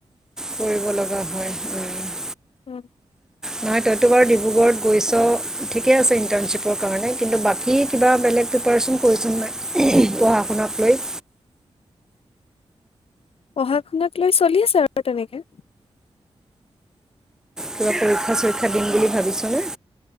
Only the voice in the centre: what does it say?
কৰিব লগা হয়, উম।
নহয় তইতো বাৰু ডিব্ৰুগড়ত গৈছ ঠিকে আছে ইন্টাৰ্নশ্বিপৰ কাৰণে, কিন্তু বাকী কিবা বেলেগ প্ৰিপাৰেচন কৰিছ নাই, পঢ়া শুনাক লৈ?
কিবা পৰীক্ষা- চৰীক্ষা দিম বুলি ভাৱিছ নে?